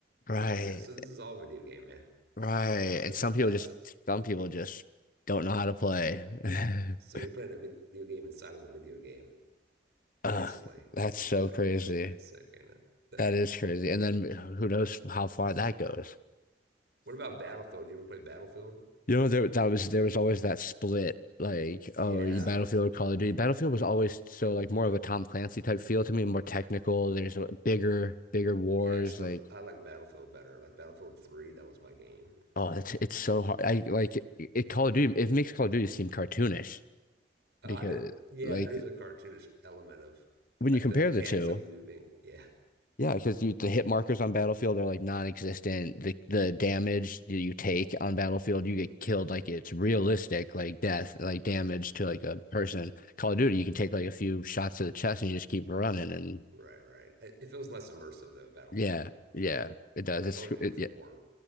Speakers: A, on the left (about 50°); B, on the right (about 65°).
A: Right,
B: wherever it goes. So this is all a video game, man.
A: right.
B: So
A: And
B: this
A: some
B: is about
A: people just
B: this. Is,
A: some people just don't know how to play. <laughs>
B: so you're playing a video game inside of a video game,
A: Ugh,
B: basically.
A: that's
B: That's
A: so
B: pretty.
A: crazy.
B: That's pretty sick, ain't it?
A: That
B: <laughs>
A: is crazy. And then who knows how far that goes.
B: what about Battlefield? You ever play Battlefield?
A: You know, there that was there was always that split, like, oh,
B: Yeah,
A: you Battlefield, Call of Duty. Battlefield was always so like more of a Tom Clancy type feel to me, more technical. There's a bigger, bigger wars,
B: yeah. I still
A: like
B: I like Battlefield better. Like Battlefield 3, that was my game.
A: oh, it's it's so hard. I like it, Call of Duty it makes Call of Duty seem cartoonish
B: Oh,
A: because
B: I didn't. Yeah,
A: like
B: there is a cartoonish element of
A: when
B: like
A: you compare
B: the mechanics
A: the two,
B: of moving. Yeah,
A: yeah, because the hit markers on Battlefield are like non-existent. The the damage that you take on Battlefield, you get killed like it's realistic, like death, like
B: right,
A: damage
B: right,
A: to like a person. Call of Duty, you can take like a few shots to the chest and you just keep running. And
B: right, right. It it feels less immersive though. Battlefield,
A: yeah, yeah, it does. It's
B: Call of Duty
A: it,
B: feel
A: yeah,
B: more